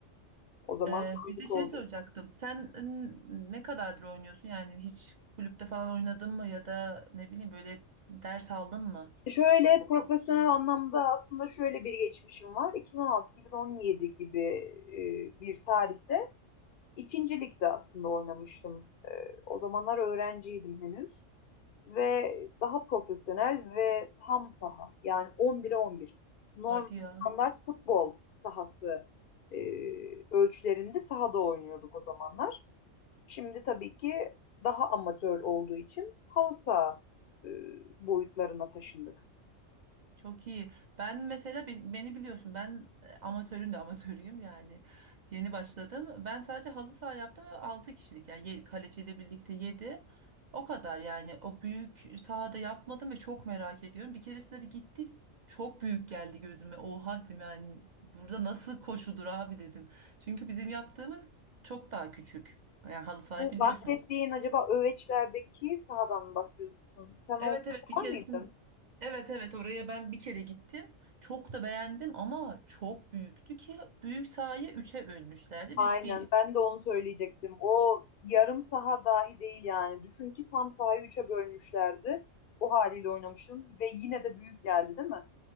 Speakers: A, on the left (about 55°); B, on the right (about 45°).
A: O zaman
B: Ee,
A: büyük
B: bir de şey
A: oldu.
B: soracaktım. Sen n- ne kadardır oynuyorsun? Yani hiç kulüpte falan oynadın mı ya da ne bileyim böyle ders aldın mı
A: Şöyle
B: futbol?
A: profesyonel anlamda aslında şöyle bir geçmişim var. 2016-2017 gibi e, bir tarihte İkincilikte aslında oynamıştım. O zamanlar öğrenciydim henüz ve daha profesyonel ve tam saha yani 11'e 11 normal
B: Hadi ya.
A: standart futbol sahası e, ölçülerinde sahada oynuyorduk o zamanlar. Şimdi tabii ki daha amatör olduğu için halı saha e, boyutlarına taşındık.
B: Çok iyi. Ben mesela be- beni biliyorsun ben e, amatörün de amatörüyüm yani. Yeni başladım. Ben sadece halı saha yaptım ve 6 kişilik yani ye- kaleciyle birlikte 7. O kadar yani o büyük sahada yapmadım ve çok merak ediyorum. Bir keresinde de gittik çok büyük geldi gözüme. Oha dedim yani burada nasıl koşudur abi dedim. Çünkü bizim yaptığımız çok daha küçük. Yani halı saha
A: Bu
B: biliyorsun
A: bahsettiğin acaba Öveçler'deki sahadan mı bahsediyorsun? Sen
B: Evet
A: o
B: evet
A: maçta
B: bir keresin
A: var mıydın?
B: evet evet oraya ben bir kere gittim. Çok da beğendim ama çok büyüktü ki büyük sahayı üçe bölmüşlerdi.
A: Aynen.
B: Biz bir
A: Ben de onu söyleyecektim. O yarım saha dahi değil yani. Düşün ki tam sahayı üçe bölmüşlerdi. O haliyle oynamıştım ve yine de büyük geldi, değil mi?